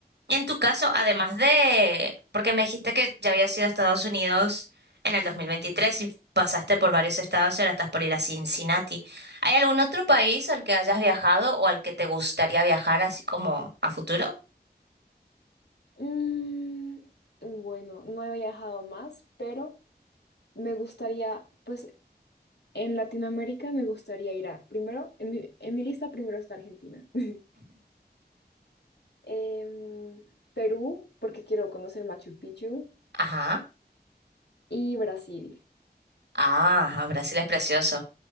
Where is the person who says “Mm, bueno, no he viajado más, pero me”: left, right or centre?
Left